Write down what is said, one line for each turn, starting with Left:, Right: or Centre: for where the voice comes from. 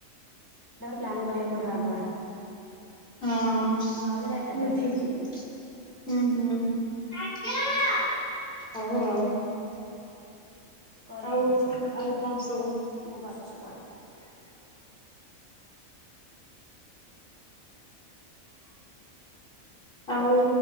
Right: ସେତବେଳେ ପ୍ଲାନ୍ କରିବାକୁ
Left: ହୁଁ
Right: ପଡିବ ଆଗୁଆ।
Left: ହଁ ହଁ
Right: ନହେଲେ ଯାଇପାରିବନି
Left: <unintelligible> ହୁଁ ହୁଁ। ଆଜ୍ଞା ହଉ ଆଉ।
Right: କଲ୍
Left: ଆଉ
Right: କରୁଛି
Left: ଆଉ କଣ ସବୁ
Right: ମୁଁ କରୁଛି କଲ୍।
Left: ଆ <inaudible> ହୁଁ ଆଉ